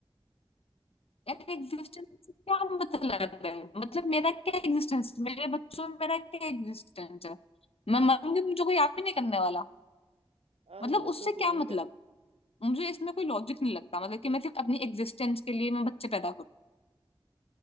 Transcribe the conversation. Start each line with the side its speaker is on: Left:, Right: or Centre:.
Left: यार एग्जिस्टेंस क्या मतलब है मतलब मेरा क्या एग्जिस्टेंस मेरे बच्चों में मेरा क्या एग्जिस्टेंस है मैं मरूंगी मुझे कोई याद भी नहीं करने वाला
Right: आ,
Left: मतलब
Right: वो
Left: उससे
Right: तो कोई
Left: क्या
Right: नहीं
Left: मतलब
Right: कर
Left: मुझे इसमें कोई लॉजिक नहीं लगता मतलब कि मैं सिर्फ अपनी एग्जिस्टेंस के लिए मैं बच्चे पैदा करूं